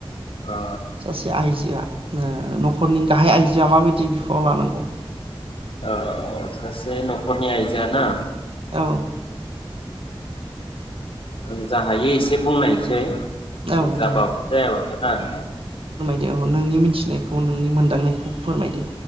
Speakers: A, on the left; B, on the right.
A: ओ
B: सासे आइजोआ नो नखरनि गाहाय आइजोआ माबायदि फाव लानांगौ।
A: औ सासे नखरनि आइजोआ ना।
B: औ।
A: आं जा हायो एसे बुंनायसै। ओ
B: औ
A: जाबाब
B: दे
A: जाया बाबा ना नोंथां।
B: दे अ नोंनि मिथिनायखौ नोंनि मोनदांनायखौ फोरमायदो।